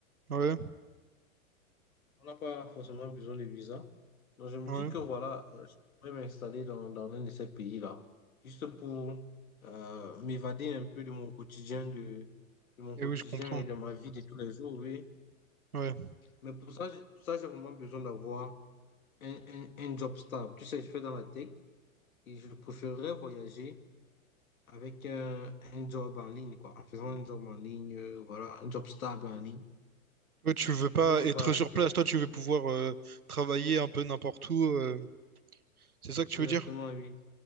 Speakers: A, on the right; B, on the left.
A: Ouais,
B: On n'a pas forcément besoin de visa. Donc, je me
A: ouais.
B: dis que voilà, euh, je pourrais m'installer dans, dans l'un de ces pays-là, juste pour euh, m'évader un peu de mon quotidien, de, de mon
A: Et
B: quotidien
A: oui, je comprends.
B: et de ma vie de tous les jours, oui.
A: Ouais.
B: Mais pour ça, j'ai- pour ça, j'ai vraiment besoin d'avoir un, un, un job stable. Tu sais, je fais dans la tech et je préférerais voyager avec un, un job en ligne, quoi, en faisant un job en ligne, euh, voilà, un job stable en ligne.
A: Ouais, tu veux pas
B: Au lieu de
A: être
B: voyager,
A: sur place, toi, tu veux pouvoir euh, travailler un peu n'importe où. euh, C'est ça que tu
B: exactement,
A: veux dire?
B: oui.